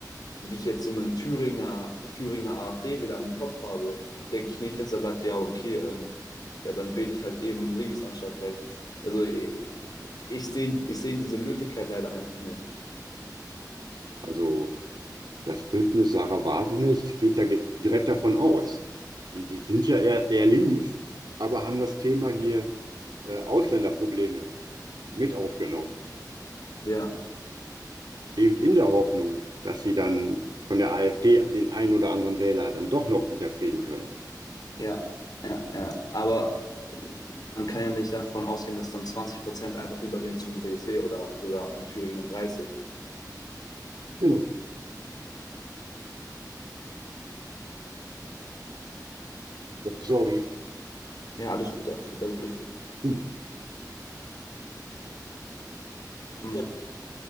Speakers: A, on the left; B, on the right.
A: wie ich jetzt so einen Thüringer, Thüringer AfD wieder im Kopf habe, denke ich nicht, dass er sagt, ja, okay, ähm, ja, dann wähle ich halt eben links anstatt rechts. Also ich, ich sehe ich sehe diese Möglichkeit leider einfach nicht.
B: Also. Das Bündnis Sarah Wagenknecht geht ja ge- direkt davon aus. Die, die sind ja eher, eher links, aber haben das Thema hier äh, Ausländerprobleme mit aufgenommen.
A: Ja,
B: Eben in der Hoffnung, dass sie dann von der AfD den einen oder anderen Wähler dann doch noch wieder kriegen können.
A: ja, ja, ja. Aber äh, man kann ja nicht davon ausgehen, dass dann 20 Prozent einfach übergehen zum BSW oder sogar in Thüringen 30.
B: Hm. Sorry.
A: Ja, alles gut, alles gut, alles gut.
B: Hm.
A: Ja. Ähm,